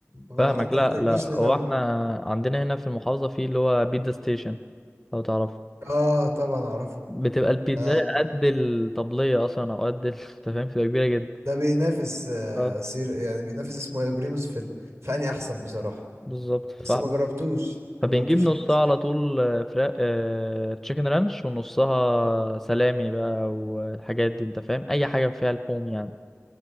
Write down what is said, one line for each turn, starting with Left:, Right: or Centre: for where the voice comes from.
Right: ما
Centre: فاهمك لا
Right: احتاجناش
Centre: لا
Right: ننوع
Centre: هو احنا عندنا هنا في المحافظة في اللي هو بيتزا ستيشن لو تعرف
Right: اه طبعا اعرفه
Centre: بتبقى البيتزا
Right: ده
Centre: قد الطبلية اصلا او قد ال- <laughs> انت فاهم بتبقى كبيرة جدا
Right: ده بينافس آه
Centre: اه
Right: سير يعني بينافس اسمه ايه ده بريموز في ال... فاني احسن بصراحة
Centre: بالظبط ف...
Right: بس ما جربتوش
Centre: فبنجيب
Right: ما جربتوش
Centre: نصها
Right: للأسف
Centre: على طول آه، فراخ اه... تشيكن رانش ونصها سلامي بقى والحاجات دي انت فاهم اي حاجة فيها لحوم يعني